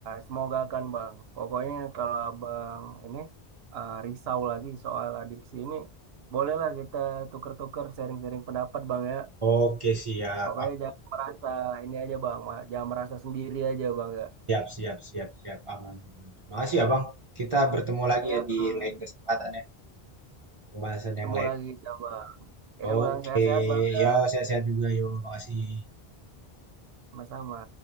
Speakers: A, on the right; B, on the right.
A: semoga kan Bang. Pokoknya kalau Abang ini ah, risau lagi soal adiksi ini, bolehlah kita tuker-tuker sharing-sharing pendapat Bang ya.
B: Oke, siap.
A: Pokoknya
B: Ah,
A: jangan merasa ini aja Bang, ma- jangan merasa sendiri aja Bang ya.
B: Siap, siap, siap, siap. Aman, aman, aman. Makasih ya, Bang. Kita bertemu lagi
A: Ya
B: ya di
A: Bang,
B: lain kesempatan ya untuk pembahasan
A: ketemu
B: yang lain.
A: lagi ya Bang. Ya
B: Oke,
A: Bang, sehat-sehat Bang ya.
B: yo sehat-sehat juga yo. Makasih.
A: Sama-sama.